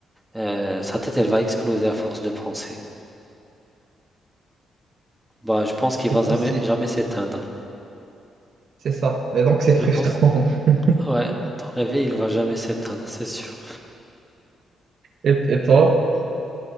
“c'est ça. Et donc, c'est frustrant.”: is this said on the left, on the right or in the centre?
Right